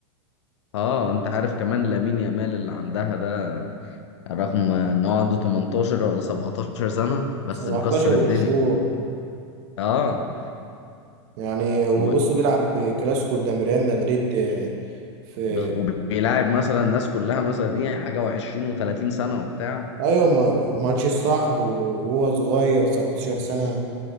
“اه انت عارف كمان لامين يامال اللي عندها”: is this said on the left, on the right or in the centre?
Left